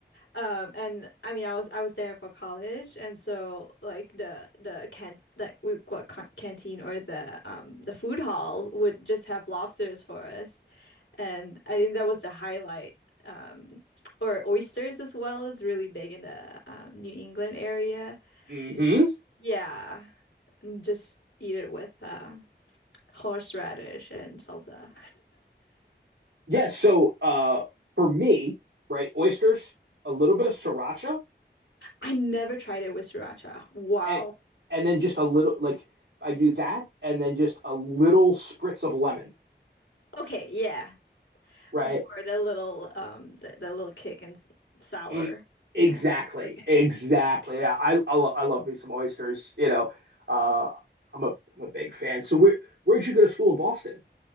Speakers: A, on the left; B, on the right.
A: Um and I mean, I was I was there for college and so like the the can like we what can canteen or the um the food hall would just have lobsters for us. And I think that was the highlight. Um or oysters as well is really big in the um, New England area.
B: hmm
A: It's,
B: Yes.
A: yeah, just eat it with uh, horseradish and salsa.
B: Yeah, so uh for me, right, oysters, a little bit of sriracha,
A: <laughs> I never tried it with sriracha. Wow.
B: and and then just a little like I do that, and then just a little spritz of lemon,
A: Okay, yeah,
B: right?
A: for the little um the, the little kick and sourness.
B: Mm, Exactly,
A: Okay.
B: exactly. Yeah, I I, lo I love me some oysters. You know, uh, I'm a I'm a big fan. So where where'd you go to school in Boston?